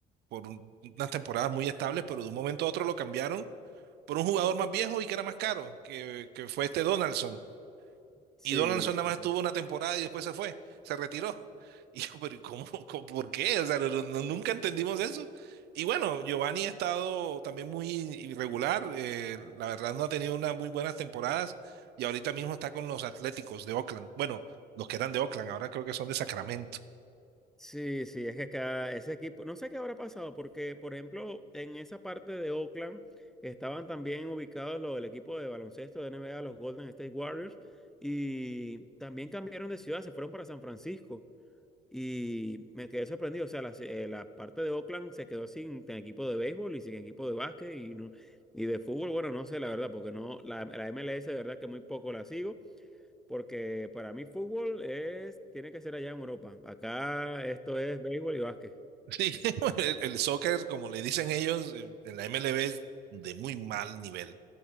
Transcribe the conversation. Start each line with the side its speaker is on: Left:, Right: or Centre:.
Right: por un- unas temporadas muy estables, pero de un momento a otro lo cambiaron por un jugador más viejo y que era más caro, que, que fue este Donaldson.
Centre: Sí,
Right: Y Donaldson
Centre: sí.
Right: nada más estuvo una temporada y después se fue, se retiró. <laughs> Y yo, pero ¿y cómo, cómo- por qué? O sea, no- no- no, nunca entendimos eso. Y bueno, Giovanni ha estado también muy irregular, eh, la verdad no ha tenido unas muy buenas temporadas y ahorita mismo está con los Atléticos de Oakland. Bueno, los que eran de Oakland, ahora creo que son de Sacramento.
Centre: Sí, sí, es que cada, ese equipo, no sé qué habrá pasado, porque, por ejemplo, en esa parte de Oakland estaban también ubicados los del equipo de baloncesto de NBA, los Golden State Warriors, y también cambiaron de ciudad, se fueron para San Francisco. Y me quedé sorprendido. O sea, la, eh, la parte de Oakland se quedó sin ten- equipo de béisbol y sin equipo de básquet y, no- y de fútbol. Bueno, no sé, la verdad, porque no, la, la MLS, de verdad que muy poco la sigo, porque para mí fútbol es, tiene que ser allá en Europa. Acá esto es béisbol y básquet.
Right: Sí, <laughs> el, el soccer, como le dicen ellos, eh, en la MLB es de muy mal nivel,